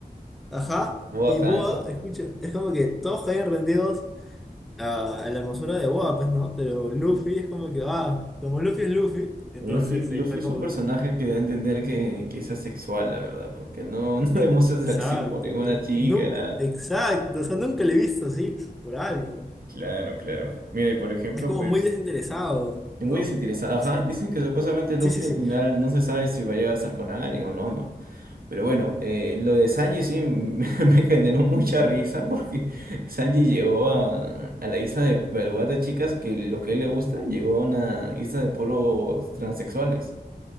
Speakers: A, in the centre; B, on the right (about 60°).
A: <laughs> Ajá.
B: Boa
A: Y Boa,
B: Hancock.
A: escucha, es como que todos caen rendidos a, a la hermosura de Boa, pues, ¿no? Pero Luffy es como que, ah, como Luffy es Luffy, entonces
B: Luffy, Luffy
A: eh, fue
B: es
A: como,
B: un personaje que da a entender que, que es asexual, la verdad, porque no, <laughs> no
A: que,
B: demuestra atracción
A: exacto,
B: por ninguna chica,
A: nunca,
B: nada.
A: exacto, o sea, nunca le he visto así por algo.
B: Claro, claro. Mira, y por ejemplo,
A: Es como
B: pues.
A: muy desinteresado,
B: Muy
A: ¿no?
B: desinteresada, ajá.
A: Su-
B: Dicen que supuestamente Luffy
A: Sí, sí, sí,
B: al final no se sabe si va a llegar a estar con alguien o no, no. Pero bueno, eh, lo de Sanji sí me, <laughs> me generó mucha risa porque <laughs> Sanji llegó a, a la isla de, al lugar de chicas que lo que a él le gusta, llegó a una isla de puros transexuales.